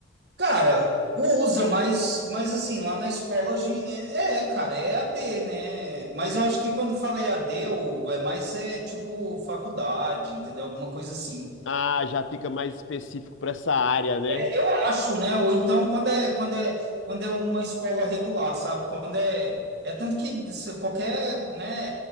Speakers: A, on the right; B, on the left.
A: Cara, usa, mas, mas assim, lá na escola a gente, é, é, cara, é E a d né? Mas eu acho que quando falei d Hugo, é mais é tipo faculdade, entendeu? Alguma coisa assim.
B: Ah, já fica mais específico para essa área, né?
A: É, eu acho, né? Ou então quando é quando é quando é uma escola regular, sabe? Quando é é tanto que se- qualquer, né?